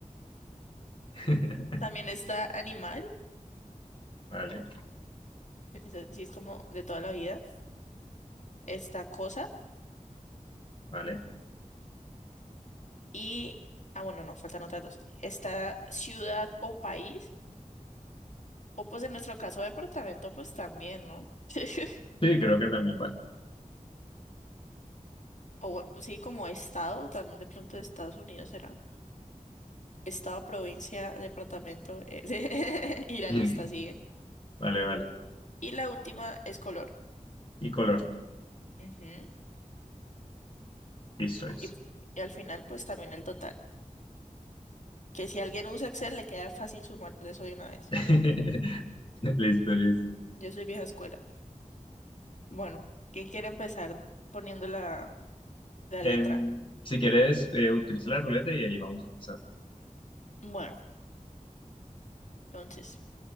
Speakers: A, on the left; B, on the left.
A: <laughs>
B: también está animal,
A: Vale,
B: es así, es como de toda la vida. Está cosa
A: vale.
B: y... Ah, bueno, no, faltan otras dos. Está ciudad o país, o pues en nuestro caso departamento, pues también, ¿no? <laughs>
A: Sí, creo que también vale.
B: O bueno, sí, como estado, también de pronto de Estados Unidos será. Estado, provincia, departamento, eh, <laughs> y la
A: <laughs>
B: lista sigue.
A: Vale, vale.
B: Y la última es color.
A: Y color.
B: Ujú.
A: Listo, listo.
B: Y, y al final, pues también el total. Que si alguien usa Excel, le queda fácil sumar de eso de una vez.
A: <laughs> Listo, listo.
B: Yo soy vieja escuela. Bueno, ¿quién quiere empezar poniendo la, la
A: Em,
B: letra?
A: si quieres, eh, utiliza la ruleta y ahí vamos a empezar.
B: Bueno, entonces,